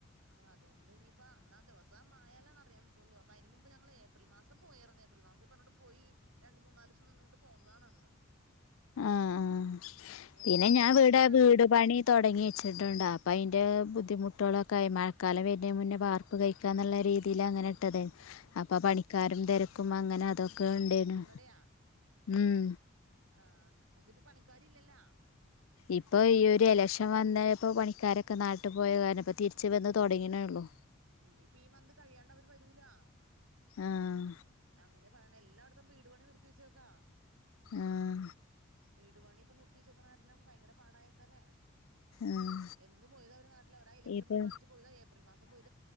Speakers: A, on the right (about 85°); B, on the left (about 75°).
A: ആഹ് അതുകൊണ്ട് ഇനിയിപ്പ അന്നാ ദിവസംമായാലാണ് അറിയാൻ പറ്റുള്ളൂ അപ്പ അതിന് മുമ്പ് ഞങ്ങൾ ഏപ്രിൽ മാസം തും പോയാർന്ന് ഏപ്രിൽ മാസത്തി ഈ പറഞ്ഞോട്ട് പോയി രണ്ട് മൂന്നാല് ദിവസം നിന്നുകൊണ്ട് പോന്നതാണ് അന്ന്
B: ആ അഹ്
A: എനിക്കിവിടുന്ന്
B: പിന്നെ ഞാൻ
A: വീട്ടിലോട്ട്
B: വീടായപ്പോ
A: അധികം
B: വീട് പണി തുടങ്ങി വെച്ചിട്ടുണ്ട് അപ്പോൾ അതിൻ്റെ ബുദ്ധിമുട്ടുകളൊക്കെ ആയി മഴക്കാലം വരുന്നതിന് മുന്നേ വാർക് ർപ്പ് കഴിക്കാ എന്നുള്ള രീതിയിൽ അങ്ങനെ ഇട്ടത് ആയിരുന്നു അപ്പൊ
A: ആഹ്
B: പണിക്കാരും തിരക്കും അങ്ങനെ അതൊക്കെ ഉണ്ടേനു
A: നിങ്ങടെയാ
B: ഉം
A: ആഹ് പക്ഷേ ഇപ്പ പണിക്കാര് ഇല്ലല്ലോ
B: ഇപ്പൊ ഈ ഒരു ഇലക്ഷൻ വന്നപ്പോ പണിക്കാരൊക്കെ നാട്ടിൽ പോയ കാരണം ഇപ്പോ തിരിച്ച വന്ന് തുടങ്ങി നേള്ളു
A: ഇനിയിപ്പ ഈ മന്ത് കഴിയാണ്ട് അവര് വരൂലാ
B: ആഹ്
A: അങ്ങനെയാ പറയണേ എല്ലായിടത്തും വീട് പണി നിർത്തിവെച്ചേക്കാ
B: ആഹ്
A: വീട് പണി ഇപ്പൊ നിർത്തി വെച്ചേക്കണാരണം ഭയങ്കര പാടായക്ക അല്ലേ
B: ആഹ്
A: എന്ന് പോയത അവര് നാട്ടില് അവരാ ഇലഷൻ
B: ഇപ്പൊ
A: പ്രമാണിച്ച് പോയതാ ഏപ്രിൽ മാസം പോയി